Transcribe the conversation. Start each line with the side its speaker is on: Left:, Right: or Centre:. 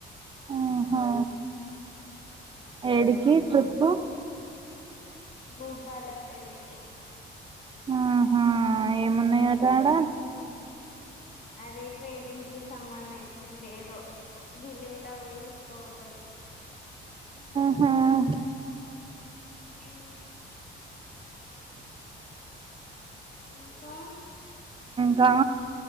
Right: ఆహా ఎడికి ట్రిప్పు.
Left: భూపాలపెల్లికి
Right: ఆహా ఆ ఏమున్నయట ఆడ.
Left: అదే ట్రేడింగ్ కి సంబంది చింది ఏదో బిల్డింగ్ లా పోయి తీసుకపోతరు.
Right: ఆ
Left: ఉ ఇంకా
Right: కా